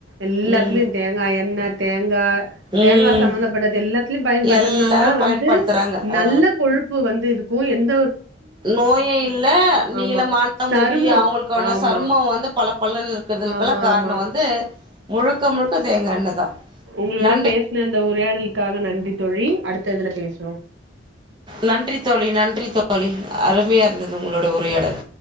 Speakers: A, on the right; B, on the right.
A: எல்லாத்துலயு
B: ம்
A: தேங்கா எண்ணெ தேங் த
B: ம்
A: தேங்கா சம்பந்தப்பட்டது எல்லாத்துலயும் பயன்படுத்துறதுனால
B: எல்லாமே
A: தா வந்து
B: பயன்படுத்துறாங்க அ
A: நல்ல கொழுப்பு வந்து இருக்கு கு என்
B: நோயே இல்ல நீளமான
A: ஆமா சருமோ
B: முடி அவங்களுக்கான
A: ஆமா
B: சரும வந்து பல பலனு இக்கறதுக்கெல்லா
A: ஆமா
B: கார்ண
A: ஆமா
B: வந்து முழுக்க முழுக் ப்ப தேங்கா எண்ணெ தான்
A: ஒங்களோட
B: நன்
A: பேசுன அந்த உரையாடலுக்காக நன்றி தோழி அடுத்த இதுல பேசுவோம்
B: நன்றி தோழி நன்றி தோழி அருமையா இருந்தது உங்களோட உரையாடல்